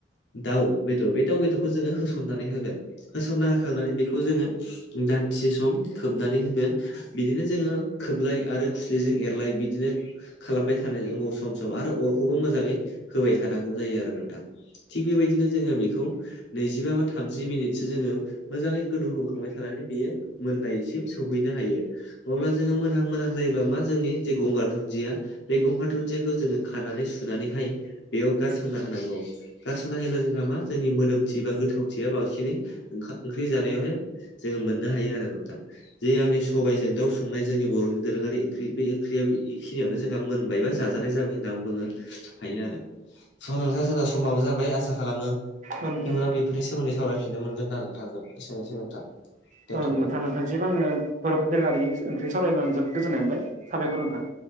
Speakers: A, on the left; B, on the right.
A: दाउ बेदर बे दाव बेदरखौ जोङो होसननानै होगोन होसनना होखांनानै बेखौ जोङो दान्दिसे सम खोबनानै होगोन। बिदिनो जोङो खोबलाय आरो खुस्लिजों एरलाय बिदिनो खालामबाय थानो न सम सम आरो अरखौबो मोजाङै होबाय थानांगौ जायो आरो नोंथां। थिग बेबायदिनो जोङो बेखौ नैजिबा बा थामजि मिनिटसो जोङो मोजाङै गोदौहोबोखांबाय थानानै बियो मोननायसिम सौहैनो हायो। अब्ला जोङो मोनहां मोनहां जायोब्ला मा जोंनि जे गंगार दुन्दिया बे गंगार दुुन्दियाखौ जोङो खानानै सुनानैहाय बेयाव गारसनना होनांगौ। गारस'ना होयोब्ला जोंहा मा जोंनि मोदोमथि बा गोथाव थिया बांसिनै ओंखा ओंख्रि जानायावनो जोङो मोननो हायो आरो नोंथां। जे आंनि सबाइजों दाउ संनाय जोंनि बर'नि दोरोङारि ओंख्रि बे ओंख्रिया इखिनियावनो जोंहा मोनबायबा जा जानाय जाबाय होनना आं बुङो हायो आरो स' नोंथां जोंना समाबो जाबाय आसा खालामो
B: औ नोंथां
A: इयुनाव बेफोरनि सोमोन्दै सावरायफिननो मोनगोन होनना नोंथांजों एसेनोसै नोंथां। दोनथ'बाय
B: औ नोंथां नोंथांसिम आङो बर'फोरनि दोरोङारि ओंख्रि सावरायनानै जोबोद गोजोननाय मोनबाय साबायखर नोंथां।